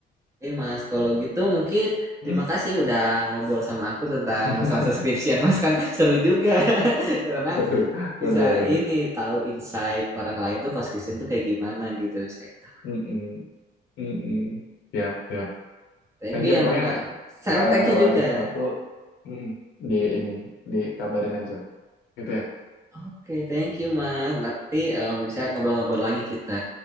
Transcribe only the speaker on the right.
Oke Mas, kalau gitu mungkin
terima kasih ya udah ngobrol sama aku tentang
masa-masa skripsian Mas kan <laughs> seru juga <laughs> karena
bisa ini tahu insight orang lain tuh pas Christian tuh kayak gimana gitu bisa tahu
thank
you
ya
mas Sam
thank
you juga
oke thank you mas nanti em, bisa ngobrol-ngobrol lagi kita